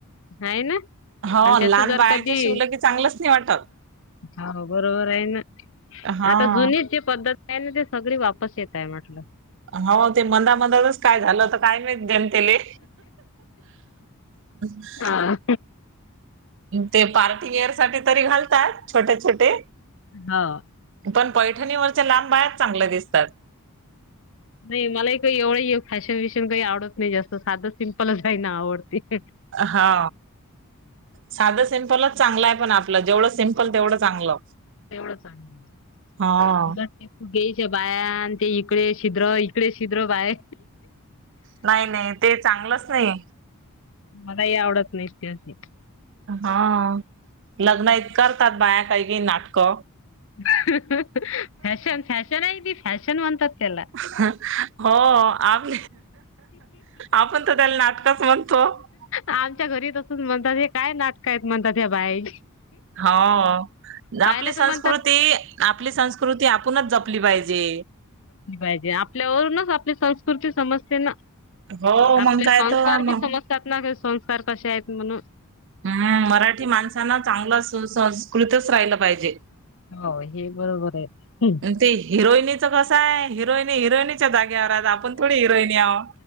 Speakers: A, on the left (about 60°); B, on the right (about 55°).
A: हाय ना
B: हो
A: आणि त्याच
B: लहान
A: जर
B: बायाचं
A: कधी
B: शिवलं की चांगलंच नाही वाटत.
A: हाव बरोबर आहे ना
B: हा.
A: आता जुनी जी पद्धत आहे ना ते सगळी वापस येत आहे म्हटलं.
B: हो ते मधा मधालेच काय झालं होतं काय माहीत जनतेले. <unintelligible>
A: हा.
B: ते पार्टी व्हेअर साठी तरी घालतात छोटे छोटे
A: हाव.
B: पण पैठणीवरच्या लांब बाह्यांच चांगल्या दिसतात. <inaudible>
A: नाही मलाही काही एवढं फॅशन भिषण काही आवडत नाही, जास्त साधं सिम्पलच रायला आवडतय.
B: हा. साधं सिम्पलच चांगलं आहे. पण आपलं जेवढं सिम्पल तेवढं चांगलं.
A: तेवढं चागलं
B: हा
A: उलट ते. केइच्या बाह्यां ते इकडे शिद्र इकडे शिद्र बाय
B: नाही नाही ते चांगलंच नाही.
A: मला ही आवडत नाहीत ते अशी.
B: हा लग्नात करतात बाया काही काही नाटकं.
A: फॅशन फॅशन आहे ती फॅशन म्हणतात. त्याला.
B: हो आप आपण तर त्यांना <unintelligible>
A: आमच्या घरी तर तुम्ही म्हणताल हे काय नाटक आहेत म्हणतात ह्या बायाची.
B: हो
A: पाहिलं
B: आपली संस्कृती
A: तर म्हणतात
B: आपली संस्कृती ती आपुनच जपली पाहिजे.
A: पाहिजे आपल्यावरूनच आपली संस्कृती समजते ना.
B: हो मग
A: आपल
B: काय
A: सस्कांर
B: तर मग.
A: समजतात ते संस्कार कशे आहेत म्हणून?
B: हम्म मराठी माणसांना चांगलं सुसंंस्कृतच राहिलं पाहिजे.
A: हो हे बरोबर आहे हुम
B: अन ते हिरोईनीचं कसं आहे, हिरोईन हिरोईनी च्या जाग्यावर आहेत, आपण थोडी हिरोईन आहो